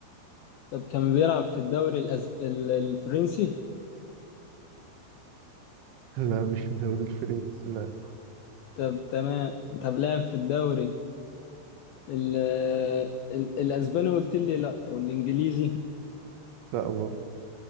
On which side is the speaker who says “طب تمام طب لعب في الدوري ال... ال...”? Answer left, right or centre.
Left